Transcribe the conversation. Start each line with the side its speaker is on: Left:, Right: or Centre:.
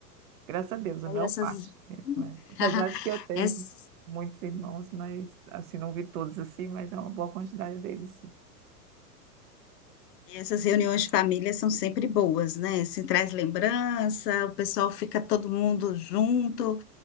Right: graças a Deus, a maior
Left: E essas,
Right: parte mesmo, é. Apesar
Left: <laughs>
Right: de que eu tenho
Left: ess-
Right: muitos irmãos, mas, assim, não vi todos, assim, mas é uma boa quantidade deles, sim.
Left: essas reuniões de família são sempre boas, né? Se traz lembrança, o pessoal fica todo mundo junto,